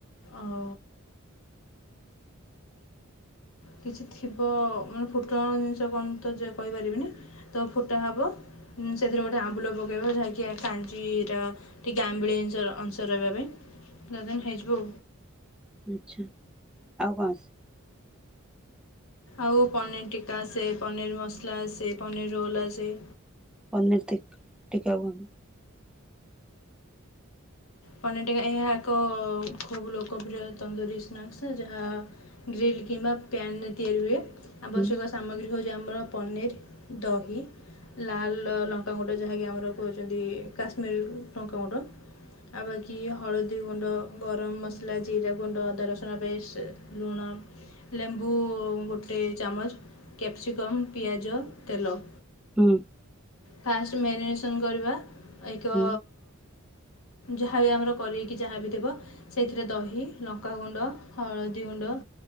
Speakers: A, on the left; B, in the centre.
A: ଅ କିଛି ଥିବ ମାନେ ଫୁଟଣ ଜିନିଷ କଣ ତ ଯେ କଇପାରିବିନି ତ ଫୁଟା ହବ ସେଥିରେ ଗୋଟେ ଆମ୍ବୁଲ ପ ପକେଇବା ଯାହାକି କାଞ୍ଜି ର ଟିକେ ଆମ୍ବିଳିଆ ଅଂଶ ରହିବା ପାଇଁ। ତ ଦେନ୍ ହେଇଯିବୁ।
B: ଆଛା ଆଉ କଣ?
A: ଆଉ ପନିର୍ ଟିକା ଆସେ, ପନିର୍ ମସଲା ଆସେ, ପନି୍ର ରୋଲ୍ ଆସେ।
B: ପନର୍ ଟିକ ଟୀକା ବୁ
A: ପନିର୍ ଟିକା ଏହା ଏକ ଖୁବ୍ ଲୋକପ୍ରିୟ ତନ୍ଦୁରୀ ସ୍ନାକ୍ସ୍ ଯାହା ଗ୍ରୀିଲ କିମ୍ୱା ପ୍ୟାନ୍ ରେ ତିଆରି ହୁଏ। ଆବଶ୍ୟକ
B: ହୁଁ
A: ସାମଗ୍ରୀ ହେଉଛି ଆମର ପନିର୍, ଦହି ଲାଲ ଲଙ୍କାଗୁଣ୍ଡ ଯାହାକି ଆମର କହୁଛନ୍ତି କାଶ୍ମୀର ଲଙ୍କାଗୁଣ୍ଡ ଆଉ ବ କି ହଳଦୀ ଗୁଣ୍ଡ ଗରମ ମସଲା ଜିରା ଗୁଣ୍ଡ ଅଦା ରସୁଣ ପେଷ୍ଟ ଲୁଣ। ଲେମ୍ବୁ ଗୋଟେ ଚାମଚ କ୍ୟାପ୍ସିକମ୍ ପିଆଜ ତେଲ।
B: ହୁଁ।
A: ଫାଷ୍ଟ ମ୍ୟାରିନେସନ୍ କରିବା ଏଇକ
B: ହୁଁ
A: ଯାହାବି ଆମର କରିକି ଯାହାବି ଥିବ। ସେଇଥିରେ ଦହି ଲଙ୍କାଗୁଣ୍ଡ ହଳଦୀ ଗୁଣ୍ଡ।